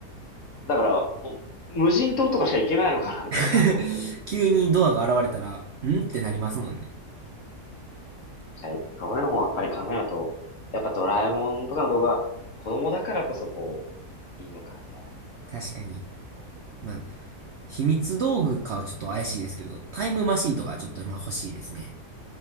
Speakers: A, on the left; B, on the right.
A: だから、もう無人島とかしか行けないのかな、みたいな、
B: <laughs>
A: 本当に。
B: 急にドアが現れたら、んってなりますもんね。
A: はい。そういうのもやっぱり考えると、やっぱドラえもんとかの動画、子供だからこそこう、いいのかなとは思いますね、
B: 確かに。
A: 子供こ
B: まあ、秘密道具かはちょっと怪しいですけど、タイムマシンとかはちょっとまあ欲しいですね。